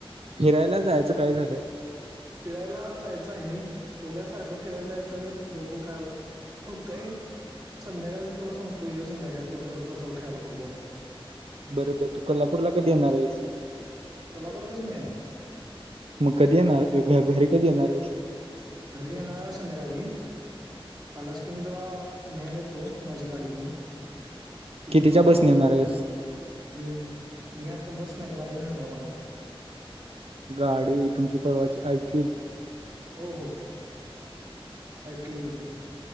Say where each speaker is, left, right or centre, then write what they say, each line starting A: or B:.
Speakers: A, on the right; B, on the right.
A: फिरायला जायचं काय झालं
B: फिरायला जायचं आहे बघूयासारखं फिरायला जायचं बघू काय होत होते संध्याकाळच तुला सांगतोय संध्याकाळ तू तर्फला जाऊ खेळायला फुटबॉल
A: बरोबर तू कोल्हापूरला कधी येणार आहेस
B: कोल्हापुरातच मी आहे
A: मग कधी येणार घ घरी कधी येणार आहेस
B: घरी येणारणारच संध्याकाधी आलाच की मी तुला न्यायल येतो माझी गाडीघेऊन तिथून
A: कितीच्या
B: आपण
A: बसने
B: जाऊ
A: येणार आहेस
B: हम्म मी आता बस नाही गाडी न येणार ना माझ्या
A: गाडी तुमची परवाची आयक्यूब
B: हो हो आयक्यूब वरुन